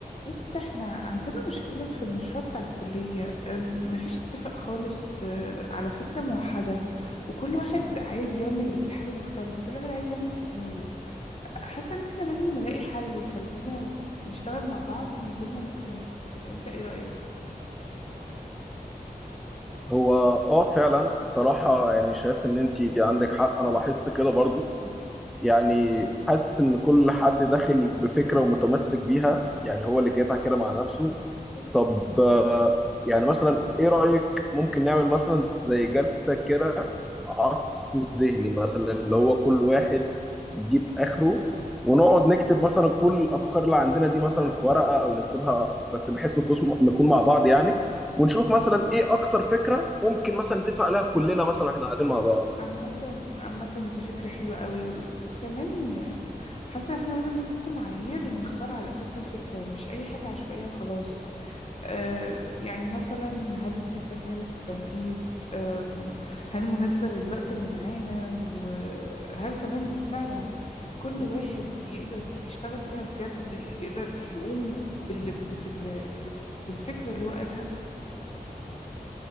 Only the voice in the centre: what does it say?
هو اه فعلا بصراحة يعني شايف ان انت عندك حق انا لاحظت كده برضو يعني حاسس ان كل حد داخل بفكرة ومتمسك بيها يعني هو اللي جايبها كده مع نفسه
طب آه، يعني مثلا ايه رأيك ممكن نعمل مثلا زي جلسة كده عصف ذهني مثلا اللي هو كل واحد يجيب اخره ونقعد
نكتب مثلا كل الافكار اللي عندنا دي مثلا في ورقة او نكتبها بس بحيث نكون نكون مع بعض يعني ونشوف مثلا ايه اكتر فكرة ممكن مثلا نتفق عليها كلنا مثلا واحنا قاعدين مع بعض